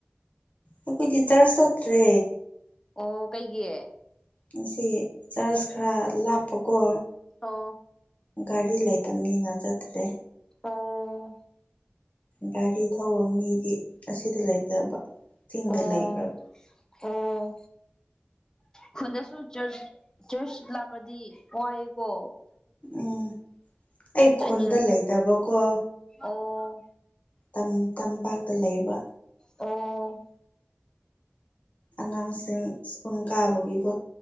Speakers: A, on the left (about 35°); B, on the left (about 15°).
A: ꯑꯩꯈꯣꯏꯗꯤ ꯆ꯭ꯔꯁ ꯆꯠꯇ꯭ꯔꯦ
B: ꯑꯣ ꯀꯩꯒꯤ
A: ꯉꯁꯤ ꯆꯥꯔꯁ ꯈꯔ ꯂꯥꯞꯄꯀꯣ
B: ꯑꯣ
A: ꯒꯥꯔꯤ ꯂꯩꯇꯝꯅꯤꯅ ꯆꯠꯇ꯭ꯔꯦ
B: ꯑꯥ
A: ꯒꯥꯔꯤ ꯊꯧꯕ ꯃꯤꯗꯤ ꯑꯁꯤꯗ ꯂꯩꯇꯕ ꯆꯤꯡꯗ
B: ꯑꯥ
A: ꯂꯩꯈ꯭ꯔꯕ
B: ꯑꯣ ꯈꯨꯨꯟꯗꯁꯨ ꯆꯔꯁ ꯆꯔꯁ ꯂꯥꯞꯄꯗꯤ ꯋꯥꯏꯌꯦꯀꯣ
A: ꯎꯝ ꯑꯩ
B: ꯆꯠꯅꯤꯡ
A: ꯈꯨꯟꯗ ꯂꯩꯇꯕꯀꯣ
B: ꯑꯣ
A: ꯇꯝ ꯇꯝꯄꯥꯛꯇ ꯂꯩꯕ
B: ꯑꯣ
A: ꯑꯉꯥꯡꯁꯤꯡ ꯁ꯭ꯀꯨꯜ ꯀꯥꯕꯒꯤꯀꯣ